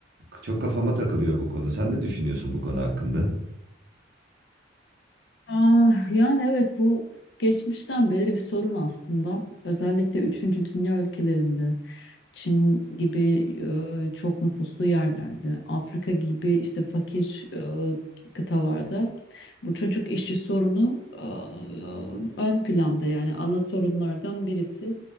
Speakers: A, on the right; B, on the left.
A: çok kafama takılıyor bu konu. Sen ne düşünüyorsun bu konu hakkında?
B: Aa, yani evet bu geçmişten beri bir sorun aslında. Özellikle üçüncü dünya ülkelerinde, Çin gibi e, çok nüfuslu yerlerde, Afrika gibi işte fakir e, kıtalarda bu çocuk işçi sorunu e, e, ön planda yani ana sorunlardan birisi.